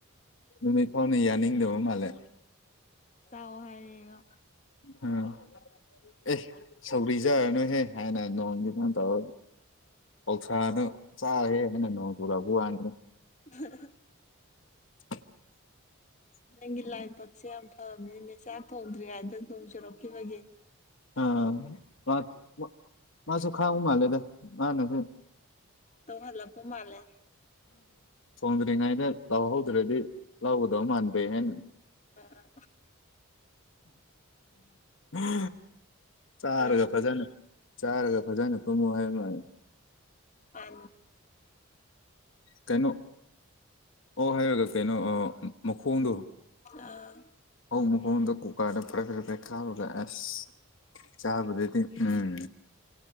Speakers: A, on the left; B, on the left.
A: ꯅꯨꯃꯤꯠ ꯐꯥꯎꯅꯥ ꯌꯥꯅꯤꯡꯗꯕ ꯃꯥꯜꯂꯦ
B: ꯆꯥꯎ ꯍꯥꯏꯔꯤꯌ‌ꯦ
A: ꯎꯝ ꯑꯦ ꯁꯧꯕꯤꯖꯔ ꯅꯣꯏꯍꯦ ꯍꯥꯏꯅ ꯅꯣꯡꯗꯤ ꯀꯃꯥꯏꯅ ꯇꯧꯔ ꯄꯧꯁꯥꯅ ꯆꯥ ꯍꯦ ꯍꯥꯏꯅ ꯅꯣꯡ ꯆꯨ ꯂꯛꯄ ꯋꯥꯅꯤ
B: <inaudible>
A: <inaudible>
B: ꯅꯪꯒꯤ ꯂꯥꯏꯄꯛꯁꯦ ꯌꯥꯝ ꯐꯕꯅꯤꯅꯦ ꯆꯥꯛ ꯊꯣꯡꯗ꯭ꯔꯤ ꯍꯥꯏꯗ ꯅꯣꯡ ꯆꯨꯔꯛꯈꯤꯕꯒꯤ
A: ꯑꯥ ꯃꯥꯁꯨ ꯈꯥꯎ ꯃꯥꯂꯦꯗ ꯃꯥꯅꯦꯁꯨ
B: ꯇ ꯍꯜꯂ ꯀꯨ ꯃꯥꯂꯦ
A: ꯊꯣꯡꯗ꯭ꯔꯤꯉꯥꯏꯗ ꯂꯥꯎꯍꯧꯗ꯭ꯔꯗꯤ ꯂꯧꯒꯗꯧ ꯃꯥꯟꯗꯦ ꯍꯥꯏꯅ
B: ꯑꯥ
A: ꯎꯝ ꯆꯥꯔꯒ
B: ꯍꯣꯔꯦꯟ
A: ꯐꯖꯅ ꯆꯥꯔꯒ ꯐꯖꯅ ꯇꯨꯝꯃꯨ ꯍꯥꯏꯃ
B: ꯑ
A: ꯀꯩꯅꯣ ꯑꯣ ꯍꯥꯏꯔꯒ ꯀꯩꯅꯣ ꯑꯥ ꯃꯈꯣꯡꯗꯣ
B: ꯑꯥ
A: ꯑꫭꯛ ꯃꯈꫭꯡꯗꫭ ꯀꯨꯀꯥꫪꯗ ꯄꯔ‌ꯦꯛ ꯄꯔ‌ꯦꯛ ꯀꯥꯝꯃꯒꯥ ꯑꯁ ꯆꯥꯕꯗꯗꯤ ꯎꯝ